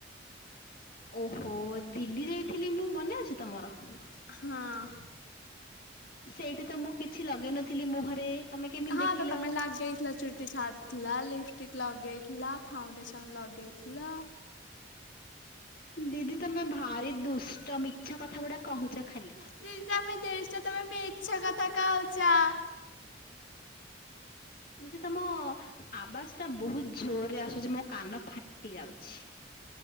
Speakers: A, on the left; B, on the left.
A: ଓହୋ ଦିଲ୍ଲୀ ଯାଇଥିଲି ମୁଁ ମନେ ଅଛି ତମର?
B: ହଁ।
A: ସେଇଠି ତ ମୁଁ କିଛି ଲଗେଇ ନଥିଲି ମୁହଁରେ। ତମେ କେମିତି
B: ହଁ
A: ଦେଖିଲ?
B: ତ ତମେ ଲଗେଇ ଥିଲ ଚୁଟିଛାଡ଼ ଥିଲ, ଲିପଷ୍ଟିକ ଲଗେଇଥିଲା, ଫାଉଣ୍ଡେସନ ଲଗେଇଥିଲ।
A: ଦିଦି ତମେ ଭାରି ଦୁଷ୍ଟ ମିଛ କଥାଗୁଡା କହୁଛ ଖାଲି।
B: ଦିଦି ତମେ ଦେଶ ଟା ତମେ ମୀଛ କଥା କହୁଛ।
A: ଦେଖି ତମ ଆବାସଟା ବହୁତ ଜୋରରେ ଆସୁଛି ମୋ କାନ ଫାଟି ଯାଉଛି।